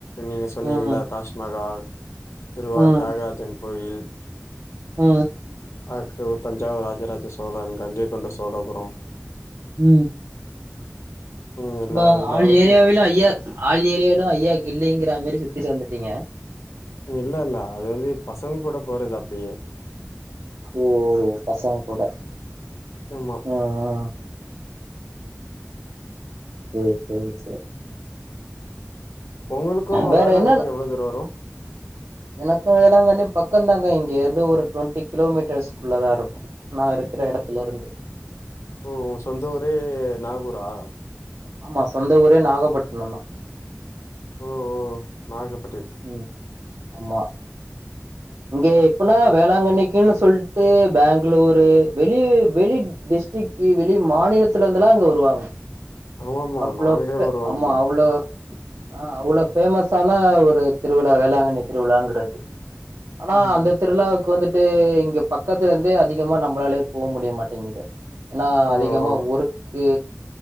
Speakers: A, on the left; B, on the right.
A: நீங்க சொன்னீங்கள
B: ம்
A: தாஜ்மஹால் திருவார்
B: ம்
A: தியாகராஜன் கோயில்
B: ம்
A: <unintelligible> தஞ்சாவூ ராஜராஜ சோழன் கங்கை கொண்ட சோ சோழப்புறோ
B: உ
A: ம் எல்லா
B: இந்தா
A: எல்லா
B: ஆள்
A: ஊருக்கு
B: ஏரியாவிலு
A: போய்ட்டே
B: ஐயா ஆள் ஏரியாவாலிலு ஐயா கில்லிங்கிற மாரி சுத்திட்டு வந்துட்டு ட்டீங்க
A: இல்ல இல்ல அது வந்து பசங்க கூட போறது அப்டியே
B: ஓ பசங்க கூட
A: ஆமா
B: ம் ம் சேரி சேரி சேரி
A: உங்களுக்கு
B: வேற
A: வேளாம்கன்னிக்கு
B: என்னன்ன
A: எவ்ளோ தூரோ வரு
B: எனக்கு வேளாங்கண்ணி பக்கம்தாங்க இங்க இருந்து ஒரு டுவெண்டி கிலோமீட்டர்ஸ்குள்ளதா இருக்கு நா இருக்கிற எடத்துல இருந்து
A: ஓ சொந்த ஊரே நாகூர்ரா
B: ஆமா சொந்த ஊரே நாகப்பட்டினம் தா
A: ஓ ஓ நாகப்ப
B: உ ஆமா இங்கே எப்பினா
A: அப்
B: வேளாங்கண்ணிக்கு இங்கன்னு சொல்லிட்டு பேங்களூரு வெளி வெளி டிஸ்டிக் வெளி மாநிலத்துல இருந்துல்லா இங்க வருவாங்க
A: ஆமாம்மா
B: அவ்ளோ
A: நாங்களே
B: ஃபே
A: வருவோம்ல
B: ஆமா அவ்ளோ ஆ அவ்ளோ ஃபேமஸான ஒரு திருவிழா வேளாங்கண்ணி திருவிழாங்கிறது ஆனா
A: ம்
B: அந்த திருவிழாவுக்கு வந்து ட்டு இங்க பக்கத்துல இருந்தே அதிகமா நம்மளாலயே போக முடிய மாட்டேங்குது ஏன்னா
A: ஓ
B: அதிகமாக
A: ஓ!
B: ஒர்க்கு